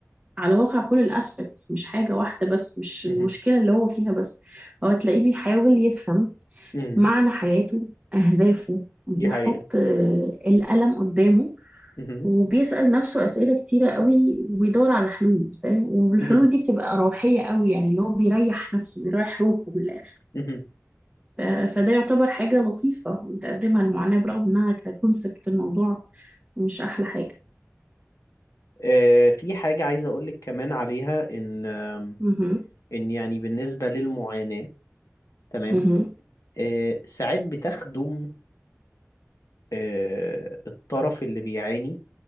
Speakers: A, on the right; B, on the left.
A: على واقع كل الاسبكتس مش حاجة واحدة بس مش
B: مهم.
A: المشكلة اللي هو فيها بس هو تلاقيه بيحاول يفهم
B: مهم.
A: معنى حياته أهدافه بيحط
B: دي حقيقة
A: آه، القلم قدامه
B: مهم.
A: وبيسأل نفسه أسئلة كتيرة قوي وبيدور على حلول فاهم والحلول
B: مهم.
A: دي بتبقى روحية قوي يعني اللي هو بيريح نفسه بيريح روحه من الآخر
B: مهم.
A: ف- فده يعتبر حاجة لطيفة بتقدمها المعاناة برغم إنها ككونسبت الموضوع مش أحلى حاجة
B: آه في حاجة عايز أقولك كمان عليها إن آم،
A: مهم.
B: إن يعني بالنسبة للمعاناة تمام
A: مهم.
B: آه ساعات بتخدم آه الطرف اللي بيعاني